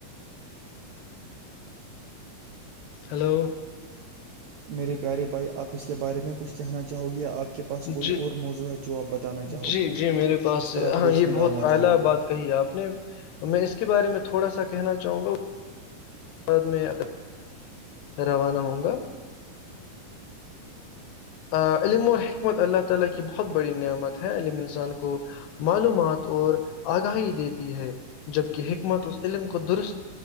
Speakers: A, on the left; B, on the right.
A: ہلو
B: میرے پیارے بھائی آپس کے بارے میں کچھ کہنا چاہو گی آپ کے پاس کوئی
A: جی
B: اور موضوع ہے جو آپ بتانا چاہو
A: جی،
B: گے
A: جی، میرے پاس
B: جس پر آپ
A: ہاں،
B: روشنی
A: یہ
B: ڈالنا
A: بہت اعلیٰ
B: چاہو گے
A: بات کہی آپ نے میں اس کے بارے میں تھوڑا سا کہنا چاہوں گا بعد میں روانہ ہوگا بہت بڑی نعمت ہے علم انسان کو معلومات اور آگاہی دیتی ہے جبکہ حکمت اس علم کو درست